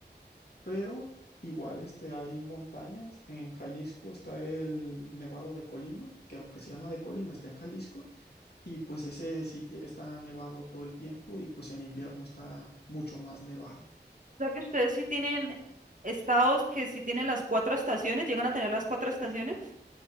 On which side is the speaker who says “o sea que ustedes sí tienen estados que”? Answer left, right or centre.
Right